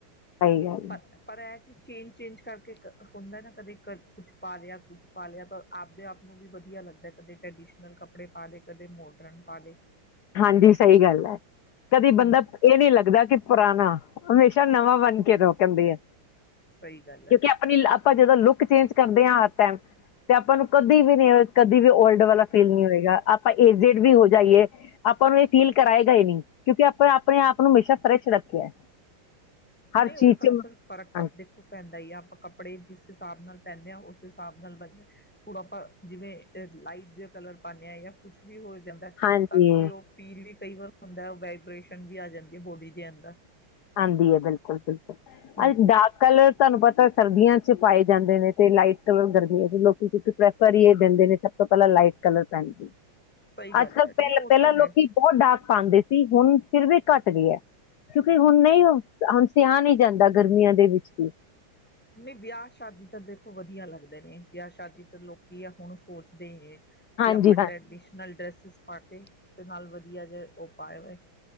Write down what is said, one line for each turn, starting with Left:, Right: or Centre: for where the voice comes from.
Left: ਸਹੀ ਗੱਲ
Centre: ਪਰ
Left: ਹੈ।
Centre: ਪਰ ਇਹ ਕਿ ਚੇਨ ਚੇਂਜ ਕਰਕੇ ਕ ਹੁੰਦਾ ਨਾ ਕਦੇ ਕ ਕੁਛ ਪਾ ਲਿਆ ਕੁਝ ਪਾ ਲਿਆ ਤਾਂ ਆਪਦੇ ਆਪ ਨੂੰ ਵੀ ਵਧੀਆ ਲੱਗਦਾ ਕਦੇ ਟਰੈਡੀਸ਼ਨਲ ਕੱਪੜੇ ਪਾ ਦੇ ਕਦੇ ਮੋਡਰਨ ਪਾ ਲੇ।
Left: ਹਾਂਜੀ ਸਹੀ ਗੱਲ ਹੈ। ਕਦੀ ਬੰਦਾ
Centre: ਹੂੰ
Left: ਇਹ ਨਹੀਂ ਲੱਗਦਾ ਕਿ ਪੁਰਾਣਾ ਹਮੇਸ਼ਾ ਨਵਾਂ ਬਣ ਕੇ ਰੋਕਨ ਦੀ ਹੈ।
Centre: ਸਹੀ ਗੱਲ ਹੈ।
Left: ਕਿਉਂਕਿ ਆਪਣੀ ਆਪਾਂ ਜਦੋਂ ਲੁੱਕ ਚੇਂਜ ਕਰਦੇ ਹਾਂ ਹਰ ਟਾਈਮ ਤੇ ਆਪਾਂ ਨੂੰ ਕਦੀ ਵੀ ਨਹੀਂ ਕਦੀ ਵੀ ਓਲਡ ਵਾਲਾ ਫੀਲ ਨਹੀਂ ਹੋਏਗਾ ਆਪਾਂ ਇਹ ਜੇ ਵੀ ਹੋ ਜਾਈਏ ਆਪਾਂ ਨੂੰ ਇਹ ਫੀਲ ਕਰਾਏਗਾ ਹੀ ਨਹੀਂ, ਕਿਉਂਕਿ ਆਪਾਂ ਆਪਣੇ ਆਪ ਨੂੰ ਹਮੇਸ਼ਾ ਫਰੈਸ਼ ਰੱਖਿਆ
Centre: ਨਹੀਂ
Left: ਹਰ
Centre: ਉਹ
Left: ਚੀਜ਼
Centre: ਤਾਂ
Left: ਚ
Centre: ਫਿਰ ਫ਼ਰਕ ਤਾਂ
Left: ਹਾਂ-
Centre: ਦੇਖੋ ਪੈਂਦਾ ਹੀ ਆ ਆਪਾਂ ਕੱਪੜੇ ਜਿਸ ਹਿਸਾਬ ਨਾਲ ਪੈਂਦੇ ਹਾਂ ਉਸ ਹਿਸਾਬ ਨਾਲ ਬੰਦੇ ਹੁਣ ਆਪਾਂ ਜਿਵੇਂ ਲਾਈਟ ਜਿ ਕਲਰ ਪਾਉਂਦੇ ਹਾਂ ਜਾਂ ਕੁਛ ਵੀ ਹੋਰ ਦੇਂਦਾ
Left: ਹਾਂਜੀ
Centre: ਸਾਨੂੰ ਵੀ ਉਹ ਫੀਲ ਵੀ ਕਈ ਵਾਰ ਹੁੰਦਾ ਵਾਈਬ੍ਰੇਸ਼ਨ ਵੀ ਆ ਜਾਂਦੀ ਹੈ ਬੋਡੀ ਦੇ ਅੰਦਰ
Left: ਆਂਦੀ ਹੈ ਬਿਲਕੁਲ ਬਿਲਕੁਲ
Centre: ਹਮ
Left: ਅੱ ਡਾਰਕ ਕਲਰ ਤੁਹਾਨੂੰ ਪਤਾ ਸਰਦੀਆਂ ਚ ਪਾਏ ਜਾਂਦੇ ਨੇ ਤੇ ਲਾਈਟ ਕਲਰ ਗਰਮੀਆਂ ਵਿਚ ਲੋਕੀਂ ਉੱਠ ਬੈਠ ਇਹ ਦਿੰਦੇ ਨੇ ਸਭ ਤੋਂ ਪਹਿਲਾਂ ਲਾਈਟ ਕਲਰ ਪਹਿਨਦੇ
Centre: ਸਹੀ ਗੱਲ
Left: ਅੱਜ ਕੱਲ੍ਹ
Centre: ਹੈ
Left: ਪਹਿ
Centre: ਨਹੀਂ ਉਹ
Left: ਪਹਿਲਾਂ
Centre: ਤਾਂ ਹੈ
Left: ਲੋਕੀ ਬਹੁਤ ਡਾਰਕ ਪਾਉਂਦੇ ਸੀ ਹੁਣ ਫਿਰ ਵੀ ਘੱਟ ਗਏ ਹੈ ਕਿਉਂਕਿ ਹੁਣ ਨਹੀਂ, ਹੁਣ ਸਿਹਾ ਨਹੀਂ ਜਾਂਦਾ ਗਰਮੀਆਂ ਦੇ ਵਿੱਚ ਵੀ
Centre: ਨਹੀਂ ਵਿਆਹ ਸ਼ਾਦੀ ਤਾਂ ਦੇਖੋ ਵਧੀਆ ਲੱਗਦੇ ਨੇ ਵਿਆਹ ਸ਼ਾਦੀ ਤਾਂ ਲੋਕੀਂ ਆ ਹੁਣ ਸੋਚਦੇ ਹੀ ਨੇ
Left: ਹਾਂਜੀ
Centre: ਵੀ ਆਪਾਂ
Left: ਹਾਂ
Centre: ਟਰੈਡੀਸ਼ਨਲ ਡਰੈਸਿਸ ਪਾ ਕੇ ਤੇ ਨਾਲ ਵਧੀਆ ਜਿਹਾ ਉਹ ਪਾਏ ਵੇ